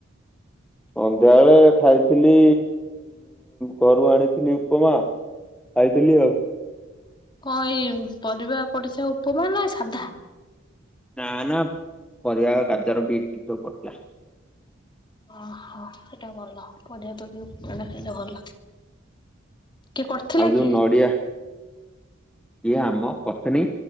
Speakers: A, in the centre; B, on the left (about 25°).
A: ସନ୍ଧ୍ୟାବେଳେ ଖାଇଥିଲି ଘରୁ ଆଣିଥିଲି ଉପମା ଖାଇଥିଲି ଆଉ
B: କଣ ଏଇ ପରିବା ପଡିଚି ଉପମା ନା ସାଧା
A: ନା ନା ପରିବା ଗାଜର ବିଟ ସବୁ ପଡଥିଲା।
B: ଓହୋ ସେଇଟା ଭଲ ପରବା ପଡିକି ଖାଇଲେ ଭଲ। କିଏ କରିଥିଲା
A: ଆଉ ଯୋଉ
B: କି?
A: ନଡିଆ ଇଏ ଆମ ପତ୍ନୀ